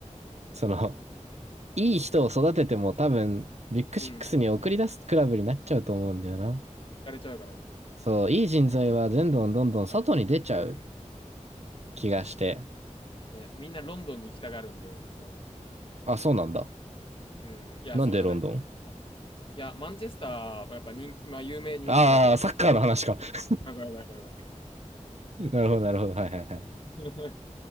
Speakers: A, on the right (about 60°); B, on the left (about 45°).
A: その、いい人を育てても多分、ビッグシックスに送り出すクラブになっちゃうと思うんだよな。
B: うん。が行かれちゃうからね。
A: そう、いい人材は全どんどんどん外に出ちゃう気がして。
B: 確かね。みんなロンドンに行きたがるんで、そうね。
A: あ、そうなんだ。
B: うん。いや、
A: なんでロンドン
B: そうじゃないまあいや、マンチェスターはやっぱ人気、まあ、有名人気だけど、
A: ああー、サッカーの話か。<laughs>
B: わかるわかるわか
A: なるほど、なるほど。はいはいはい。そ
B: る。<laughs>